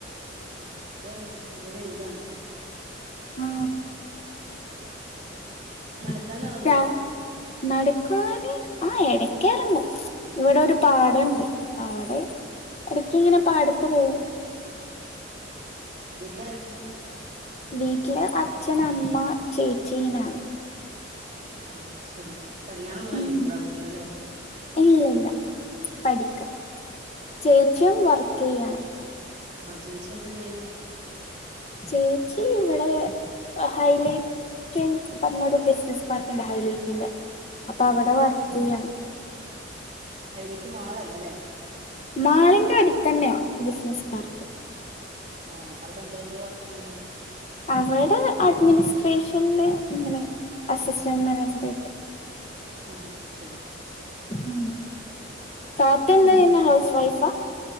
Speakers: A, on the right; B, on the left.
A: അ ഇവിടെ അതെ നല്ല വെയിലാ ണ്.
B: ആ. <inaudible>
A: നടക്കാൻ ഇറങ്ങുവോ
B: നടക്കാന് ആ ഇട കെ ഇറങ്ങു ഇവിടെ ഒരു പാടണ്ട് അപ്പോ അവടെ ഇടക്ക് ഇങ്ങനെ പാടത്ത് പോവും.
A: വീട്ടിലാരൊക്കെണ്ട്.
B: വീട്ടില് അച്ഛന് അമ്മ ചേച്ചീ നാന്.
A: ഉം ശരി കല്യാണം ഒന്നും കഴിഞ്ഞിട്ടണ്ടാവില്ലല്ലോ
B: ഉം
A: അല്ലെ.
B: ഇല്ല ഇല്ല പഠിക്ക
A: ഉം
B: ചേച്ചിയും വർക്ക് ചെയ്യാണ്.
A: അ ചേച്ചി എന്താ ചെയ്യെണ്.
B: ചേച്ചിവിടെ ഹൈലൈ ടെ <unintelligible> പറഞ്ഞ ഒരു ബിസിനസ് പാർക്ക് ഉണ്ട് ഹൈലൈറ്റിന്റെ അപ്പൊ
A: ആ
B: അവിടെ വർക്ക് ചെയ്യാണ്.
A: ഹൈലേറ്റ് മാളല്ലല്ലേ.
B: മാളിന്റെ അടുത്ത് തന്നെയാ ബിസിനസ് പാർക്ക്.
A: ആ ആ അവിടെ എന്തായിട്ട് വർക്ക് ചെയ്യുന്നു.
B: അവടെ അഡ്മിനിസ്ട്രേഷ <unintelligible> ഇങ്ങനെ അസിസ്റ്റന്റ് മാനേജറായിട്ട്.
A: ആ അത് ശരി.
B: ഉം താത്ത എന്തെയുന്ന്
A: ഉം.
B: ഹൗസ് വൈഫാ.